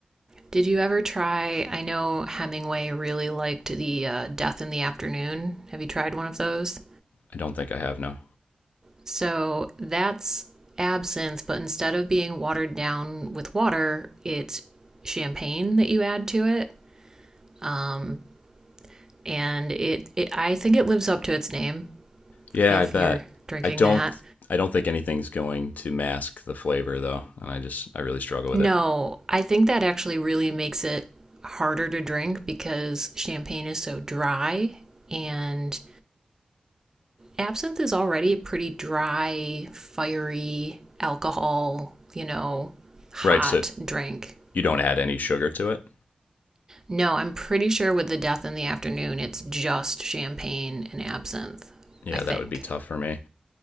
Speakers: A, on the right; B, on the left.
A: Did you ever try? I know Hemingway really liked the uh, Death in the Afternoon. Have you tried one of those?
B: I don't think I have no.
A: So that's absinthe, but instead of being watered down with water, it's champagne that you add to it. Um, and it, it I think it lives up to its name
B: Yeah,
A: if
B: I bet.
A: you're drinking
B: I don't
A: that.
B: I don't think anything's going to mask the flavor though, and I just I really struggle with
A: No,
B: it.
A: I think that actually really makes it harder to drink because champagne is so dry and absinthe is already a pretty dry, fiery alcohol, you know, hot
B: Right, so
A: drink.
B: you don't add any sugar to it?
A: No, I'm pretty sure with the death in the afternoon, it's just champagne and absinthe,
B: Yeah,
A: I think.
B: that would be tough for me.